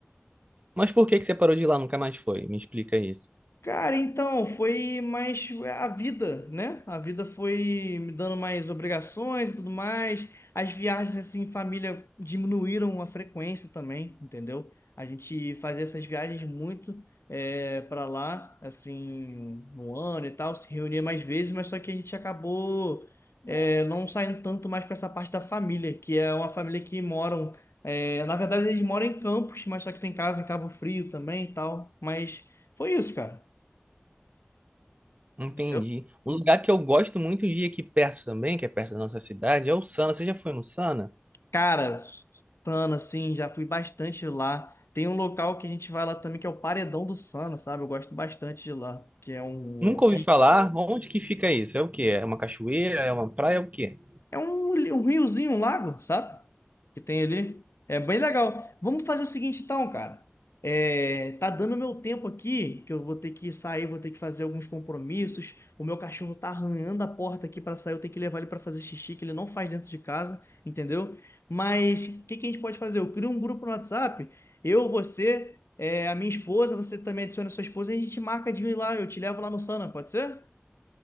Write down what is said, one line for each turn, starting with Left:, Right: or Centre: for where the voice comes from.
Right: Mas por que que você parou de ir lá, nunca mais foi? Me explica isso.
Left: Cara, então, foi mais a vida, né? A vida foi me dando mais obrigações e tudo mais. As viagens, assim, em família diminuíram a frequência também, entendeu? A gente fazia essas viagens muito é, para lá, assim, no ano e tal, se reunia mais vezes, mas só que a gente acabou é, não saindo tanto mais para essa parte da família, que é uma família que moram. é, na verdade, eles moram em Campos, mas só que tem casa em Cabo Frio também e tal. Mas foi isso, cara.
Right: Entendi.
Left: Eu,
Right: Um lugar que eu gosto muito de ir aqui perto também, que é perto da nossa cidade, é o Sana. Você já foi no Sana?
Left: cara, Sana, assim, já fui bastante lá. Tem um local que a gente vai lá também, que é o Paredão do Sana, sabe? Eu gosto bastante de lá, que é um
Right: Nunca ouvi falar. Onde que fica isso? É o quê? É uma cachoeira? É uma praia? É o quê?
Left: É um, li- um riozinho, um lago, sabe? Que tem ali. É bem legal. Vamos fazer o seguinte, então, cara. É, tá dando meu tempo aqui, que eu vou ter que sair, vou ter que fazer alguns compromissos. O meu cachorro tá arranhando a porta aqui pra sair, eu tenho que levar ele pra fazer xixi, que ele não faz dentro de casa, entendeu? Mas o que que a gente pode fazer? Eu crio um grupo no WhatsApp, eu, você, é, a minha esposa, você também adiciona a sua esposa e a gente marca de ir lá, eu te levo lá no Sana, pode ser?